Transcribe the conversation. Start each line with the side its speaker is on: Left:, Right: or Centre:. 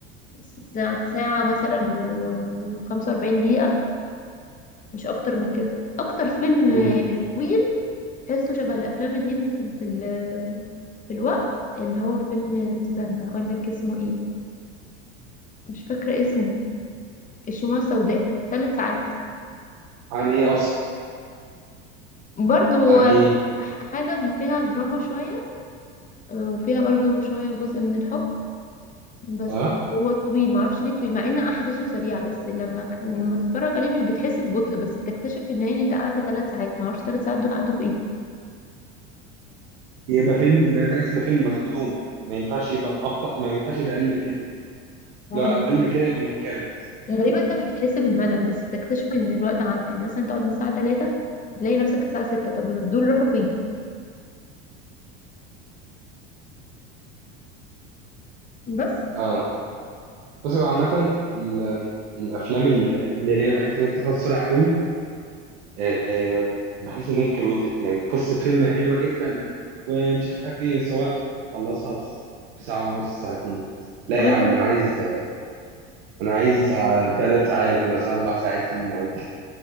Left: ساعة ساعة مثلا و- وخمسة وأربعين دقيقة مش أكتر من كده أكتر فيلم
Right: مم.
Left: آه، طويل تحسه شبه الافلام الهندي في في ال- في الوقت اللي هو فيلم استنى اقول لك اسمه ايه مش فاكره اسمه الشموع السوداء ثلاث ساعات
Right: عن إيه أصلا؟
Left: برضو
Right: عن إيه؟
Left: ح- حاجه فيها دراما شويه وفيها برضو شويه جزء من الحب بس
Right: آه
Left: هو طويل معرفش ليه طويل مع ان احداثه سريعه بس لما ك- لما تتفرج عليه مش بتحس ببطء بس بتكتشف في النهايه ان انت قعدت ثلاث ساعات معرفش ثلاث ساعات دول عدوا في ايه
Right: يبقى فيلم يبقى ده اسمه فيلم مخدوم ما ينفعش يبقى أبطأ ما ينفعش يبقى أقل من كده
Left: هو
Right: لو اقل من كده يبقى متكروت
Left: غريبة انت مش بتحس بالملل بس بتكتشف ان الوقت عدى يعني مثلا تقعد من الساعة 3 هتلاقي نفسك الساعة 6 طب دول راحوا فين بس
Right: اه بس هو عامة ال- الافلام ال- اللي هي بحيث ان هي بتخلص بسرعة قوي آه، بحيث ان هي كروتت يعني قصة فيلم حلوة جدا ومش عارف ايه بس هو خلصها في في ساعة ونص ساعتين لا
Left: طب
Right: يا
Left: انت
Right: عم انا عايز انا عايز ثلاث ساعات مثلا اربع ساعات فيلم عادي